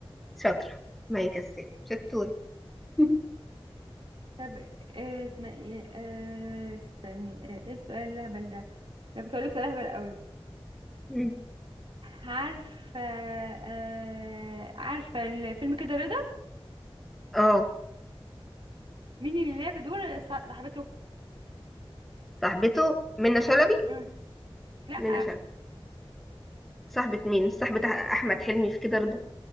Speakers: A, in the centre; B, on the right (about 60°).
A: شاطرة ما يكسب شطورة <laughs>
B: طب آه اسمها ايه آه استني آه ايه السؤال الهبل ده ده كنت هقولك سؤال هبل قوي
A: مم.
B: عارفة آه عارفة الفيلم كده رضا
A: اه
B: مين اللي لعب دور صا- صاحبته
A: صاحبته منى شلبي
B: مم. لا
A: منى شلبي صاحبة مين مش صاحبة أح- أحمد حلمي في كده رضا